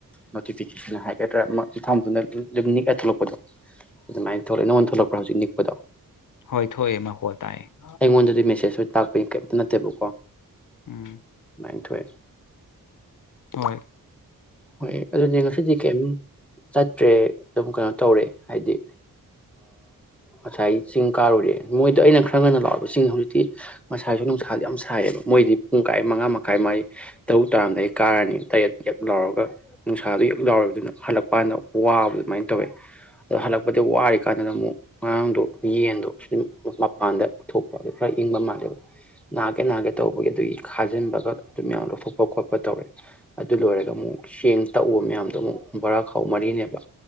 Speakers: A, in the centre; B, on the left.
A: ꯅꯣꯇꯤꯐꯤꯀꯦꯁꯟ ꯍꯥꯏꯒꯗ꯭ꯔꯥ ꯃꯁꯥ ꯃꯊꯟꯗ ꯑꯗꯨꯝ ꯅꯤꯛꯑ ꯊꯣꯛꯂꯛꯄꯗꯣ ꯑꯗꯨꯃꯥꯏꯅ ꯊꯣꯛꯂꯛꯑꯦ ꯅꯪꯉꯣꯟꯗ ꯊꯣꯛꯂꯛꯄ꯭ꯔꯥ ꯍꯧꯖꯤꯛ ꯅꯤꯛꯄꯗꯣ
B: ꯍꯣꯏ ꯊꯣꯛꯑꯦ ꯃꯈ‌ꯣꯜ ꯇꯥꯏꯌ‌ꯦ
A: ꯑꯩꯉꯣꯟꯗꯗꯤ ꯃꯦꯁꯦꯁ ꯑꯣꯏ ꯇꯥꯛꯄꯒꯤ ꯀꯩꯝꯇ ꯅꯠꯇꯦꯕꯀꯣ
B: <unintelligible>
A: ꯑꯅꯤ ꯊꯣꯛꯑꯦ
B: ꯃ‌ꯣꯏ
A: ꯍꯣꯏ ꯑꯗꯨꯗꯤ ꯉꯁꯤꯗꯤ ꯀꯩꯝ ꯆꯠꯇ꯭ꯔꯦ ꯑꯗꯨꯝ ꯀꯩꯅꯣ ꯇꯧꯔꯦ ꯍꯥꯏꯗꯤ ꯉꯁꯥꯏ ꯆꯤꯡ ꯀꯥꯔꯨꯔꯦ ꯃꯣꯏꯗꯣ ꯑꯩꯅ ꯈꯔ ꯉꯟꯅ ꯂꯥꯎꯕ ꯆꯤꯡ ꯍꯧꯖꯤꯛꯇꯤ ꯉꯁꯥꯏꯁꯨ ꯅꯨꯡꯁꯥꯗ ꯌꯥꯝ ꯁꯥꯏꯌꯦꯕ ꯃꯣꯏꯗꯤ ꯄꯨꯡ ꯀꯥꯏ ꯃꯉꯥ ꯃꯈꯥꯏ ꯃꯥꯏ ꯇꯔꯨꯛ ꯇꯔꯥꯝꯗꯥ ꯑꯩ ꯀꯥꯔꯅꯤ ꯇꯔꯦꯠ ꯌꯦꯛ ꯂꯥꯎꯔꯒ ꯈ ꯅꯨꯡꯁꯥꯗꯣ ꯌꯛ ꯂꯥꯎꯔꯕꯗꯨꯅ ꯍꯜꯂꯛꯄ ꯀꯥꯟꯗ ꯋꯥꯕ ꯑꯗꯨꯃꯥꯏꯅ ꯇꯧꯋꯦ ꯑꯗꯣ ꯍꯜꯂꯛꯄꯗ ꯋꯥꯔꯤ ꯀꯥꯟꯗꯨꯗꯅ ꯑꯃꯨꯛ ꯉꯔꯥꯡꯗꯣ ꯌꯦꯟꯗꯣ ꯁꯨꯝ ꯃꯄꯥꯟꯗ ꯄꯨ ꯊꯣꯛꯄ ꯑꯗꯨ ꯈꯔ ꯏꯪꯕ ꯃꯥꯜꯂꯦꯕ ꯅꯥꯒꯦ ꯅꯥꯒꯦ ꯇꯧꯕꯒꯤ ꯑꯗꯨꯒꯤ ꯈꯥꯖꯤꯟꯕꯒ ꯑꯗꯨꯝ ꯃꯌꯥꯝ ꯂꯧꯊꯣꯛꯄ ꯈꯣꯠꯄ ꯇꯧꯔꯦ ꯑꯗꯨ ꯂꯣꯏꯔꯒ ꯑꯃꯨꯛ ꯆꯦꯡ ꯇꯛꯎꯕ ꯃꯌꯥꯝꯗꯣ ꯑꯃꯨꯛ ꯕꯣꯔꯥꯈꯥꯎ ꯃꯔꯤꯅꯦꯕ